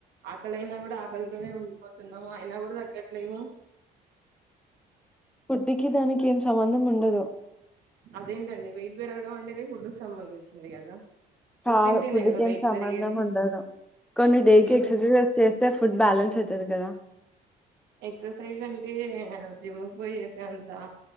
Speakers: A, on the right; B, in the centre.
A: ఆకలియినా కూడా ఆకలితోనే ఉండిపోతున్నావు అయినా కూడా తంగట్లేవు
B: ఫుడికి దానికి ఏం సంబంధం ఉండదు
A: అదేంటండి వెయిట్ పెరగడం అంటేనే ఫుడుకి సంబంధించింది కదా ఫుడ్
B: కాదు
A: తింటేనే
B: ఫుడక్
A: కదా
B: ఏం
A: వెయిట్
B: సంబంధం
A: పెరిగేది
B: ఉండదు కొన్ని డేకి
A: ఉమ్
B: ఎక్ససిజస్ చేస్తే ఫుడ్ బ్యాలెన్స్ అయితాది కదా
A: ఎక్ససైజ్ అంటే జిముకి పోయి చేసే అంత